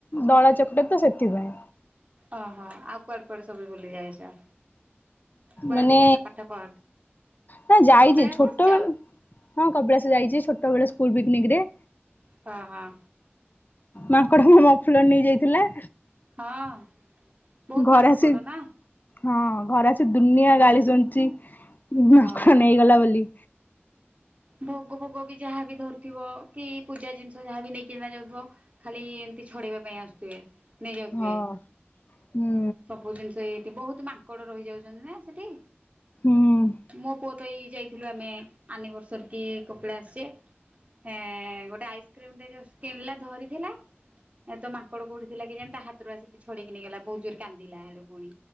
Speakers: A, on the left; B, on the right.
A: ଦଳା ଚକଟ ତ ସେଥିପାଇଁ।
B: ଅହ ଆଉ କୁଆଡେ କୁଆଡେ ସବୁ ଭୁଲି ଯାଇଛ। କୁଆଡେ
A: ମାନେ
B: ବି ଯାଇନ ପାଠ ପଢ
A: ନାଇଁ ଯାଇଛି
B: କପିଳାସ
A: ଛୋଟ
B: ଆସିଛ
A: ବେଳୁ ହଁ କପିଳାଶ ଯାଇଛି ଛୋଟବେେଳେ ସ୍କୁଲ ପିକନିକ ରେ।
B: ହଁ ହଁ।
A: ମାଙ୍କଡ ମୁହାଁ ମୋ ଫୁଲ ନେଇ ଯାଇଥିଲା।
B: ହଁ। ବହୁତ
A: ଘରେ
B: ମାଙ୍କଡ
A: ଆସିକି
B: ନା
A: ହଁ ଘର ଦୁନିଆ
B: ହୁଁ
A: ଗାଳି ଶୁଣିଛି ମାଙ୍କଡ଼
B: ହଁ
A: ନେଇଗଲା ବୋଲି।
B: ଭୋଗ ଭୋଗ ବି ଯାହାବି ଧରୁଥିବ କି ପୂଜା ଜିନିଷ ଯାହାବ ନେଇ କିନା ଯାଉଥିବ। ଖାଲି ଏମିତି ଛଡେଇବା ପାଇଁ ଆସୁଥିବେ ନେଇଯାଉଥିବେ
A: ହଁ। ହୁଁ
B: ସବୁ ଜିନଷ ସେଇଠି ବହୁତ ମାଙ୍କଡ ରହିଯାଉଛନ୍ତି ନା ସେଠି
A: ହୁଁ
B: ମୋପୁଅ ତଏଇ ଯାଇଥିଲୁ ଆମେ ଆନିଭର୍ସରୀ କି କପିଲାଶ ଯେ। ହଁ ଗୋଟେ ଆଇସ୍କ୍ରିମଟେ ଜଷ୍ଟ କିଣିଲା ଧରିଥିଲା। ଏ ତ ମାଙ୍କଡ କୋଉଠିଥିଲା କେଜାଣି ତା ହାତରୁ ଆସିକି ଛଡେଇକି ନେଇଗଲା ବହୁତ ଜୋ କାନ୍ଦିଲା ହେଠୁ।